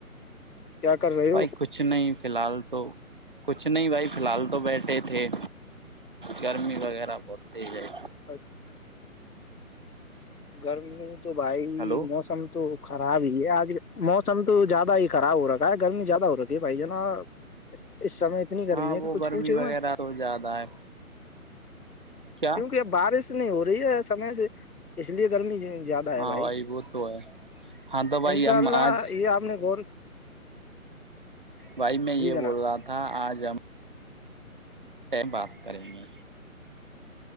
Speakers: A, on the left; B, on the right.
A: کیا کر رہے ہو
B: بھائی کچھ نہیں فی الحال تو کچھ کچھ نہیں بھائی فی الحال تو بیٹھے تھے گرمی وغیرہ بہت تز ہے
A: اچھا گرمی تو بھائی
B: ہلو
A: موسم تو خراب ہی ہے آج موسم تو زیادہ ہی خراب ہو رہا ہے گرمی زیادہ ہو رہکی ہے بھائی جان ن اس سمے اتنی گرمی
B: ہاں
A: ہے
B: وہ
A: کہ کچھ
B: گرمی
A: پوچھو
B: وغیرہ
A: مت
B: تو زیادہ ہے کیا
A: کیونکہ بارش نہیں ہو رہی ہے سمے سے اس لیے گرمی زیادہ
B: ہاں
A: اےبھائی
B: بھائی وہ تو ہے ہاں تو بھائی
A: انشاء
B: ہم
A: اللہ
B: آج
A: یہ آپ نےا ور
B: بھائی میں یہ
A: جی جناب
B: بول رہا تھا آج ہم بات کریں گے